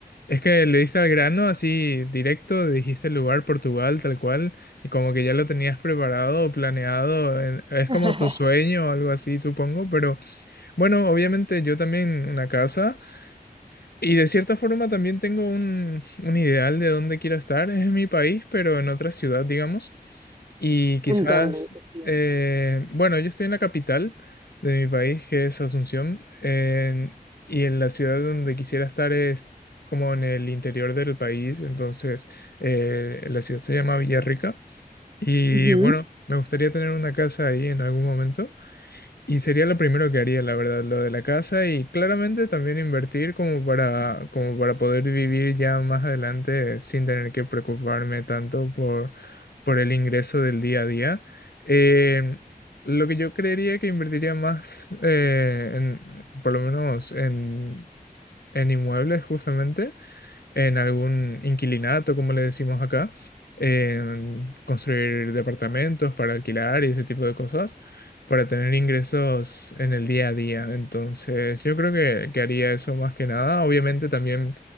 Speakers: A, on the left; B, on the right.
A: es que le diste al grano así directo, dijiste el lugar, Portugal, tal cual, y como que ya lo tenías preparado, planeado, en- es
B: <laughs>
A: como tu sueño o algo así, supongo, pero bueno, obviamente yo también una casa. Y de cierta forma también tengo un, un ideal de dónde quiero estar. Es en mi país, pero en otra ciudad, digamos. Y quizás,
B: Entienden que sí.
A: eh, bueno, yo estoy en la capital de mi país, que es Asunción, en- y en la ciudad donde quisiera estar es como en el interior del país. Entonces, eh, la ciudad se llama Villarrica. Y
B: Ujú.
A: bueno, me gustaría tener una casa ahí en algún momento. Y sería lo primero que haría, la verdad, lo de la casa y claramente también invertir como para, como para poder vivir ya más adelante sin tener que preocuparme tanto por, por el ingreso del día a día. Eh, lo que yo creería que invertiría más, eh, en, por lo menos en, en inmuebles justamente, en algún inquilinato, como le decimos acá, en construir departamentos para alquilar y ese tipo de cosas, para tener ingresos en el día a día. Entonces, yo creo que, que haría eso más que nada. Obviamente también